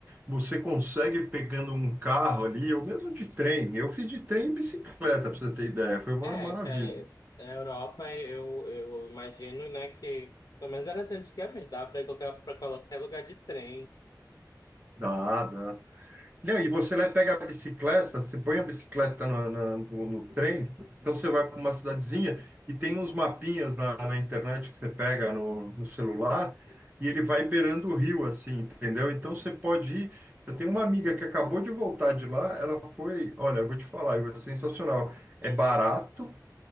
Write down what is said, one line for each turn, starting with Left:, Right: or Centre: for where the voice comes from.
Right: você consegue pegando um carro ali, ou mesmo de trem. Eu fiz de trem e bicicleta, para você ter ideia, foi uma
Left: É,
Right: maravilha.
Left: que é, na Europa eu, eu imagino, né, que. Pelo menos era assim antigamente, dá pra ir qualquer, pra qualquer lugar de trem.
Right: Dá, dá. Não, e você lá pega a bicicleta, você põe a bicicleta no, na- no, no trem, então você vai para uma cidadezinha e tem uns mapinhas na, na internet que você pega no, no celular e ele vai beirando o rio, assim, entendeu? Então você pode ir. Eu tenho uma amiga que acabou de voltar de lá, ela foi, olha, eu vou te falar, é sensacional.
Left: Uhum.
Right: É barato,